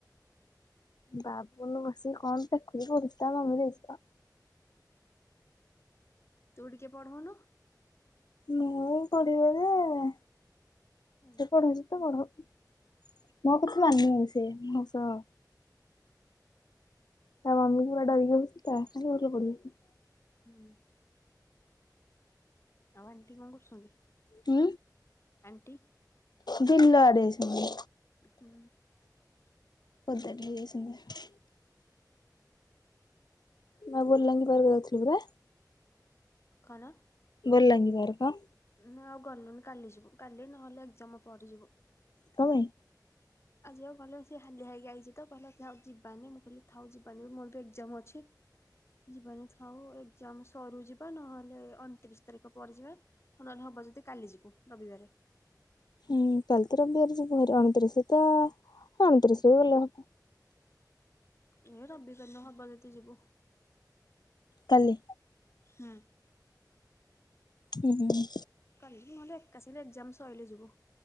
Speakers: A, on the left; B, on the left.
A: ବାବୁନୁ ବସିିକି କଣ ଦେଖୁଛି ପଢୁଚି ତାର ସବୁ ଜିନିଷ। <inaudible>
B: ତୁ ଟିକେ ପଢଉନୁ।
A: ମୁଁ ପଢ଼େଇବି ଯେ
B: ହୁଁ
A: ସେ ପଢଉଚି ତ ପଢଉ ମୁଁ ଆଉ କିଛି ଜାଣିନି ସେ ମୋ ସହ ତା ମମିକୁ ପୁରା ଡରିକି ବସିଚି ତା ସାଙ୍ଗରେ ବାବୁନୁ ପଢ଼ିବନି।
B: ହୁଁ ଆଉ ଆଣ୍ଟି କଣ କରୁଛନ୍ତି?
A: କି?
B: ଆଣ୍ଟି
A: ବିଲ ଆଡ଼େ ଯାଇଛନ୍ତି।
B: ହୁଁ
A: ସେଠିକି ଯାଇଛନ୍ତି। ନା ବୁଲାବୁଲି କରିବାକୁ ଯାଉଥିଲୁ ପୁରା। <inaudible>
B: କଣ?
A: ବଲାଙ୍ଗୀର ଆଡ଼େ ପା।
B: ନା ଆଉ ଗଲୁନି କାଲି ଯିବୁ। କାଲି ନହେଲେ ଏକ୍ଜାମ ପରେ ଯିବୁ।
A: କଣ ପାଇଁ?
B: ଆଜି ଆଉ ଗଲେ ସେ ହାଲିଆ ହେଇକି ଆଇଚି ତ କହିଲା ସିଏ ଆଉ ଯିବାନି ମୁଁ କହିଲି ଥାଉ ଯିବାନି ବି ମୋର ଏକ୍ଜାମ ଅଛି। ଯିବାନି ଥାଉ ଏକ୍ଜାମ ସରୁ ଯିବା, ନହେଲେ ଅଣତିରିଶ ତାରିଖ ପରେ ଯିବା ନହେଲେ ହଉ ହବ ଯଦି କାଲି ଯିବୁ ରବିବାରେ।
A: ହୁଁ କାଲି ତ ରବିବାର ଯିବୁ ହାରି ଅଣତିରିଶ ତ ଅଣତିରିଶ ବି ଗଲେ ହ
B: ଏଇ ରବିବାର ଦିନ ହବ ଯଦି ଯିବୁ।
A: କାଲି।
B: ହୁଁ।
A: ହୁଁ ହୁଁ।
B: କାଲି ବି ନହେଲେ ଏକାସାଙ୍ଗେରେ ଏକ୍ଜାମ ସଇଲେ ଯିବୁ,